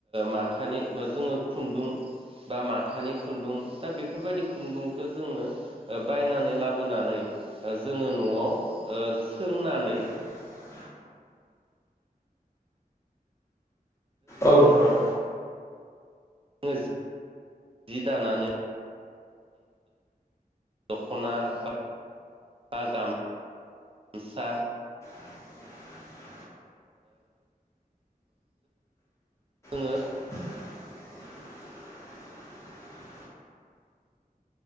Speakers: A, on the right; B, on the left.
A: माथानि जोङो खुन्दुं बा माथानि खुन्दुं दा बेफोरबायदि खुन्दुंखौ जोङो बायनानै लाबोनानै जोङो न'आव सोंनानै
B: <inaudible> औ नोंथां।
A: जोङो जि दानानै दख'ना बा बा गाम हामसा
B: <inaudible>
A: ओ
B: <inaudible>